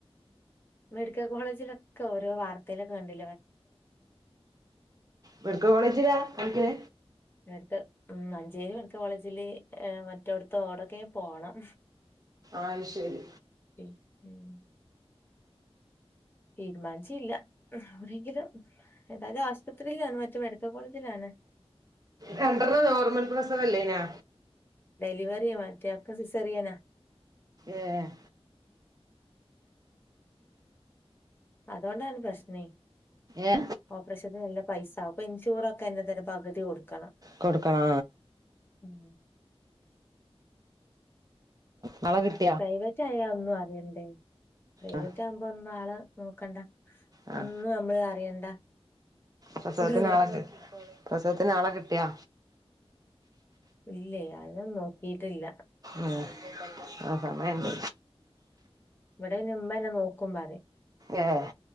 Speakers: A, on the left (about 20°); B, on the right (about 35°).
A: മെഡിക്കൽ കോളേജിലൊക്കെ ഓരോ വാർതേൽ കണ്ടി
B: മെഡിക്ക കോളേജിലാ കാണിക്ക്ണ്
A: ന്നിത്ത് ഉം മഞ്ചേരി മെഡിക്കൽ കോളേജില് മറ്റോടത്ത ഓടൊക്കെ പോണം
B: ആയി ശേരി
A: ഉം ഉം തീരുമാനിച്ചീല്ല എവിടെങ്കിലും ഏതാത് ആമ്പ്പത്രിലാണ് മറ്റ് മെഡിക്കൽ കോളേജിലാണ് <inaudible>
B: രണ്ടണം നോർമൽ പ്രസവല്ലേനോ
A: ഡെലിവറിയാ മറ്റേ ആക് സിസേറിയനാ
B: ഏഹ്
A: അതുകൊണ്ടാണ് പ്രശ്നേ
B: ഏ
A: ഓപ്പറേഷത്തിന് നല്ല പൈസ അപ്പ ഇൻഷൂറൊക്കെ എന്റെ തന്നെ പകുതി കൊടു കണ
B: കൊട്ക്കണാ
A: ഉം
B: നാളെ കി
A: പ്രൈവറ്റ് ആയാ ഒന്നും അറിയണ്ടേ പ്രൈവറ്റ്
B: ആ
A: ആവുമ്പോ ഒന്നു ആള് നോക്കണ്ട
B: ആ
A: ഒന്നു അമ്മള് അറിയണ്ട
B: പ്രസവത്തിന്
A: ഓല്
B: ആളെ കി പ്രസവത്തിന് ആളെ കിട്ടിയാ
A: ഇല്ല്യേ ആരെയും നോക്കീട്ടില്ല
B: ഉം ആഹ് സമയണ്ട്
A: ഇവിടെയ്ന് ഉമ്മന്നെ നോക്കുമ്പറി
B: ഏഹ്